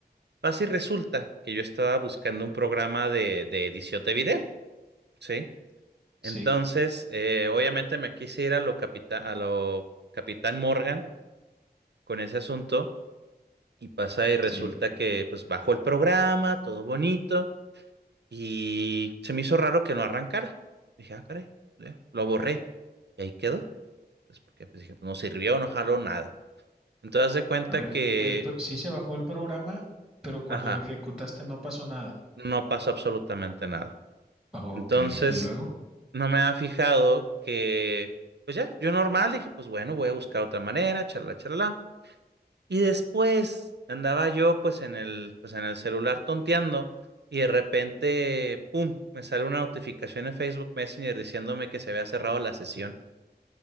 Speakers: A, on the right (about 85°); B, in the centre.
A: Así resulta que yo estaba buscando un programa de, de edición de video, ¿sí? Entonces,
B: Sí,
A: eh, obviamente me quise ir a lo, capita- a lo Capitán Morgan con ese asunto y pasa y resulta
B: sí.
A: que pues bajó el programa, todo bonito y se me hizo raro que no arrancara. Dije, ah, caray, ya, lo borré y ahí quedó. Pues porque pues, dije, pues no sirvió, no jaló nada. Entonces, haz de cuenta
B: A ver,
A: que,
B: el, pro- sí se bajó el programa, pero cuando
A: ajá,
B: lo ejecutaste no pasó nada.
A: no pasó absolutamente nada.
B: Ok,
A: Entonces,
B: ¿y luego?
A: no me había fijado que, pues ya, yo normal dije, pues bueno, voy a buscar otra manera, charla, charla. Y después andaba yo pues en el, pues en el celular tonteando y de repente, ¡pum!, me sale una notificación en Facebook Messenger diciéndome que se había cerrado la sesión.